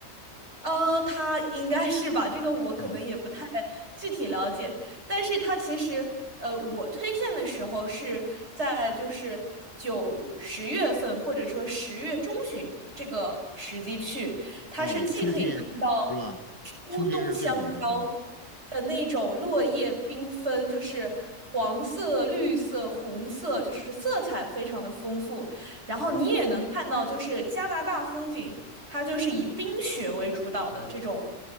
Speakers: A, on the right; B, on the left.
A: 呃，他应该是吧，这个我可能也不太
B: 啊。
A: 具体了解，但是他其实，呃，我推荐的时候是在就是九十月份或者说十月中旬这个时机去，它是既可以看到
B: 哦，秋天是吧？
A: 初冬香蕉
B: 秋天是最好的时候。
A: 的那种落叶缤纷，就是黄色、绿色、红色，就是色彩非常的丰富，然后你也能看到就是加拿大风景。
B: 哦，
A: 它就是以冰雪为主导的这种，